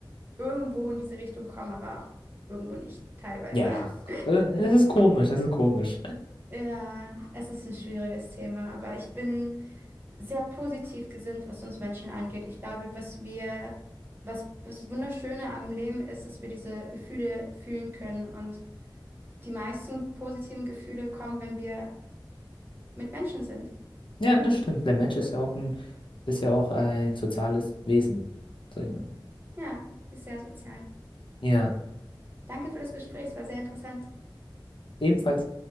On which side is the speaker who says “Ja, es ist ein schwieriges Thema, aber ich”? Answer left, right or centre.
Right